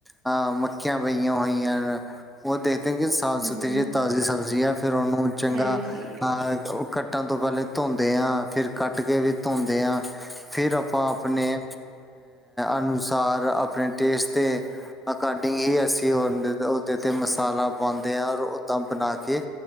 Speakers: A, in the centre; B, on the right (about 70°).
A: ਹਾਂ ਮੱਖੀਆਂ ਪਈਆਂ ਹੋਈਆਂ ਉਹ ਦੇਖਦੇ ਕਿ ਸਾਫ਼ ਸੁਥਰੀ
B: ਜੀ,
A: ਜਿ
B: ਜੀ,
A: ਤਾਜ਼ੀ ਸਬਜ਼ੀ ਆ ਫੇਰ ਉਹਨੂੰ ਚੰਗਾ
B: ਹਾਂਜੀ,
A: ਆ ਉਹ ਕੱਟਣ ਤੋਂ ਪਹਿਲੇ ਟੋਂਦੇ ਹਾਂ ਫਿਰ ਕੱਟ ਕੇ ਵੀ ਤੋਂਦੇ ਹਾਂ ਫਿਰ ਆਪਾਂ ਆਪਨੇ ਅਨੁਸਾਰ ਆਪਣੇ ਟੇਸਟ ਦੇ ਅਕਡਿੰਗ ਹੀ ਅਸੀਂ ਉਹ ਉਹਦੇ ਤੇ ਮਸਾਲਾ ਪਾਉਂਦੇ ਹ ਔਰ ਓਦਾਂ ਬਣਾ ਕੇ